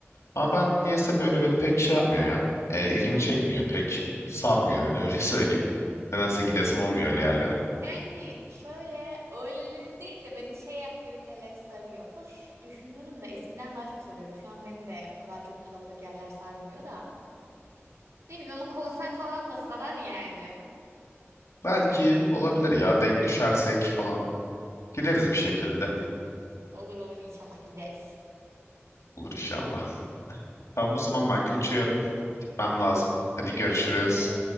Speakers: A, on the left; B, on the right.
A: Ama ben niyeyse böyle beni pek şey yapmıyor ya. E, ilgimi çekmiyor pek. Sarmıyor beni <laughs> öyle söyleyeyim. Nedense gidesim olmuyor öyle yerlere.
B: Yani şöyle öğleleri değil de beni şey aktiviteleri sarıyor. Hoş düşünüyorum da eskiden daha çok sarıyordu. Şu an beni de o kadar çok kalabalık yerler sarmıyor da. Ne bileyim ama konser falan da sarar yani.
A: Belki olabilir ya denk düşersek falan. Gideriz bir şekilde.
B: Olur olur inşallah gideriz.
A: Olur inşallah. Tamam o zaman ben kaçıyorum. Gitmem lazım.
B: Tamam,
A: Hadi görüşürüz.
B: Görüşürüz.